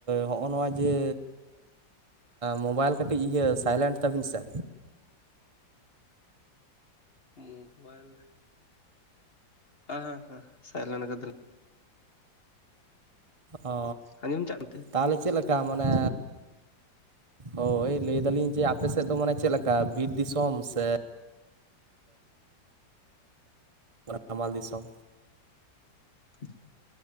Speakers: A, on the right (about 40°); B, on the left (about 35°).
A: ᱦᱚᱸᱜᱼᱚ ᱱᱚᱣᱟ ᱡᱮ ᱢᱳᱵᱟᱭᱤᱞ ᱠᱟᱹᱴᱤᱡ ᱤᱭᱟᱹ ᱥᱟᱭᱞᱮᱱᱴ ᱛᱟᱹᱵᱤᱱ ᱥᱮ
B: ᱢᱚᱵᱟᱭᱤᱞ <inaudible> ᱥᱟᱭᱞᱮᱱᱴ ᱠᱟᱫᱟᱞᱤᱧ
A: ᱚ
B: ᱟᱸᱡᱚᱢ ᱪᱟᱜ ᱛᱮ
A: ᱛᱟᱦᱞᱮ ᱪᱮᱫ ᱞᱮᱠᱟ ᱢᱟᱱᱮ ᱦᱳᱭ ᱞᱟᱹᱭ ᱫᱟᱞᱤᱧ ᱡᱮ ᱟᱯᱮ ᱥᱮᱫ ᱫᱚ ᱢᱟᱱᱮ ᱪᱮᱫ ᱞᱮᱠᱟ ᱵᱤᱨ ᱫᱤᱥᱚᱢ ᱥᱮ <inaudible> ᱦᱟᱢᱟᱞ ᱫᱤᱥᱚᱢ
B: <inaudible>